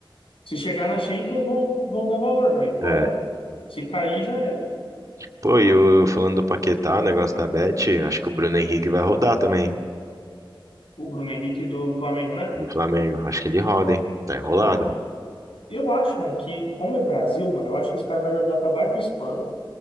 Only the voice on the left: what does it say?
Se chegar na Champions, vão, vão dar valor, mas fora,
se cair, já era.
O Bruno Henrique do Flamengo, né?
É. Eu acho, mano, que como é Brasil, mano, eu acho que os caras vão jogar pra baixo dos panos